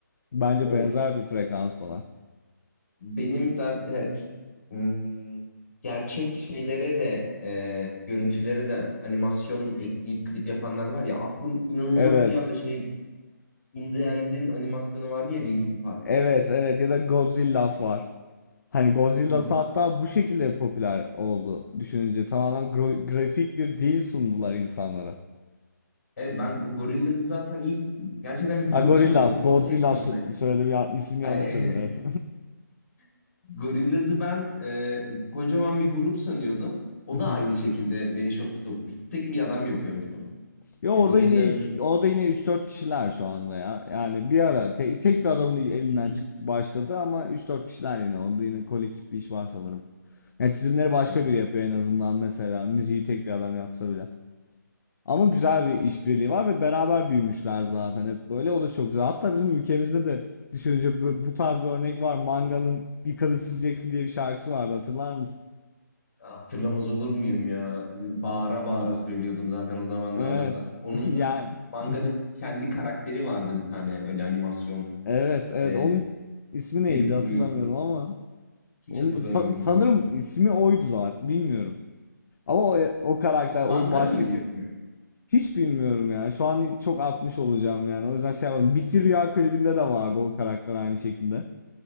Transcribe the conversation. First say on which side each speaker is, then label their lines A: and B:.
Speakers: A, on the left; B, on the left.
A: Bence
B: Of.
A: benzer bir frekanstalar.
B: benim zaten hmm, gerçek şeylere de e, görüntülere de animasyon ekleyip klip yapanlar var ya aklım
A: <laughs>
B: inanılmaz
A: Evet.
B: bir anda şey In The End'in animasyonu vardı ya Linkin Park'ın.
A: Evet evet ya da Godzilla'sı var. Hani Godzilla'sı
B: Go-
A: hatta bu şekilde popüler oldu düşününce. Tamamen gro- grafik bir dil sundular insanlara.
B: Evet ben Gorillaz'ı zaten ilk gerçekten bir
A: Ha
B: grup
A: Gorillaz,
B: sanıyordum.
A: Godzilla
B: O da tek başına.
A: söyledim ya ismini
B: Ay,
A: yanlış söyledim evet.
B: <laughs> Gorillaz'ı ben e, kocaman bir grup sanıyordum. O
A: <laughs>
B: da aynı şekilde beni şoka sokmuştu. Tek bir adam yapıyormuş onu.
A: Ya orada
B: E, Gorillaz
A: yine üç, orada yine üç dört kişiler şu anda ya. Yani bir ara te- tek bir adamın elinden
B: Hı
A: çıktı başladı ama üç dört kişiler yine orada yine kolektif bir iş var sanırım. Yani çizimleri başka
B: hı.
A: biri yapıyor en azından mesela müziği tek bir adam yapsa bile. Ama güzel bir işbirliği var ve beraber büyümüşler zaten hep böyle. O da çok güzel. Hatta bizim ülkemizde de düşününce bu bu tarz bir örnek var. Manga'nın Bir Kadın Çizeceksin diye bir şarkısı vardı hatırlar mısın?
B: Hatırlamaz olur muyum ya? Bağıra bağıra söylüyordum zaten o zamanlarda
A: Evet.
B: da. Onun
A: <laughs> Yani
B: da manganın
A: <laughs>
B: kendi karakteri vardı bir tane öyle animasyon.
A: evet evet
B: E,
A: onun ismi neydi
B: kuyruklu
A: hatırlamıyorum
B: muyruklu.
A: ama
B: Hiç
A: onun,
B: hatırlamıyorum
A: sa- sanırım
B: ben de.
A: ismi oydu zaten bilmiyorum. Ama o, o karakter
B: Manga
A: o başka
B: mıydı
A: şey
B: ismi?
A: hiç bilmiyorum ya. Şu an çok atmış olacağım yani. O yüzden şey yapalım. Bitti Rüya klibinde de vardı o karakter aynı şekilde.